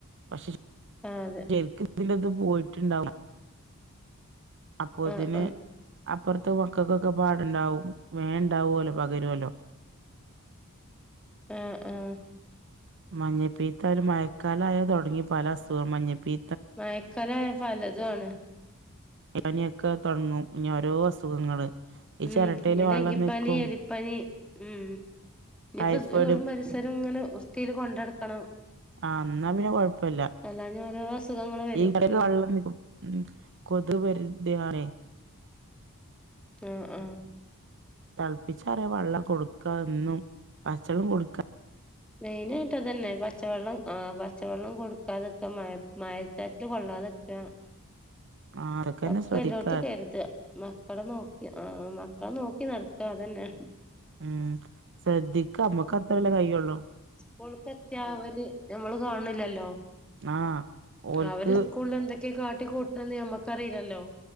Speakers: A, on the right; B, in the centre.
A: പക്ഷെ
B: ആഹ് അതെ
A: ചെര്ക്ക് ഇതിന്റെത് പോയിട്ടുണ്ടാ അപ്പോത്തിന്
B: ആഹ് ആഹ്
A: അപ്പർത്തെ മക്കൾക്കൊക്കെ പാട്ണ്ടാവും വേ ണ്ടാവൊല്ലോ പകരൊല്ലോ.
B: ഏഹ് ഏഹ്
A: മഞ്ഞപ്പീത്തായലും മഴക്കാലയാ തൊട്ങ്ങി പല അസുഖം മഞ്ഞപ്പീ
B: മഴക്കാലായ പലതും ആണ്.
A: എനെയൊക്കെ തൊട്ങ്ങും ഇഞ്ഞി ഓരോ അസുഖങ്ങള് ഈ
B: ഉം
A: ചിരട്ടയില്
B: ഇഞ്ഞ് ഡങ്കിപ്പനി,
A: വെള്ളം നിക്കും
B: എലിപ്പനി ഉം ഞ്ഞ്പ്പം
A: ടൈഫോയിഡ്
B: എഔടം വരെ സരങ്ങനെ വൃത്തീൽ കൊണ്ടട്ക്കണം.
A: ആഹ് ന്നാ പിന്നെ കൊഴപ്പല്ല.
B: അല്ലാഞ്ഞ ഓരോ അസുഖങ്ങള് വരും
A: ഈ <unintelligible>
B: ഉം
A: വള്ളം നിപ്പു ഉം കൊതു വരതയാണ്
B: ആഹ് ആഹ്
A: തൾപ്പിച്ചാറിയ വള്ളം കൊടുക്ക ന്നും വച്ചളും കൊട്ക്കാ
B: മെയ്നായിട്ട് അതന്നെ പച്ചവള്ളം ആഹ് പച്ചവള്ളം കൊട്ക്കാതക്ക മഴ <unintelligible> കൊള്ളാതക്ക.
A: ആ അതൊക്കെന്നെ
B: ഒക്കെ
A: ശ്രദ്ധിക്ക
B: എല്ലോട്ത്തും കര്ത. മക്കളെ നോക്കി ആഹ് മക്കളെ നോക്കി നട്ക്കാ അതന്നേ.
A: ഉം സദ്ധിക്ക മ്മക്ക് അത്ര ല്ലെ കയ്യള്ളൂ.
B: കൂൾക്ക് എത്ത്യാ ഒര് നമ്മള് കാണ്ല്ലല്ലോ
A: ആ ഓൽക്ക്
B: അവര് സ്കൂൾൽ എന്ത ക്കെ കാട്ടിക്കൂട്ട്ണന്ന് നമ്മക്കറിലല്ലോ.